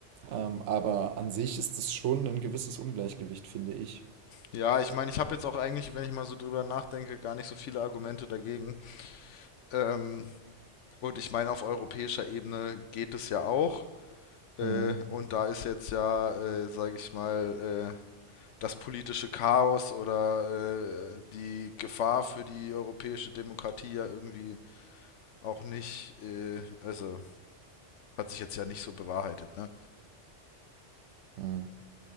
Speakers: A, on the right; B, on the left.
A: Ähm, aber an sich ist das schon ein gewisses Ungleichgewicht, finde ich.
B: Ja, ich meine, ich habe jetzt auch eigentlich, wenn ich mal so drüber nachdenke, gar nicht so viele Argumente dagegen. Ähm, und ich meine, auf europäischer Ebene geht es ja auch. Äh,
A: Mhm.
B: und da ist jetzt ja, äh, sage ich mal, äh, das politische Chaos oder äh, die Gefahr für die europäische Demokratie ja irgendwie auch nicht, äh, also hat sich jetzt ja nicht so bewahrheitet, ne?
A: Mhm.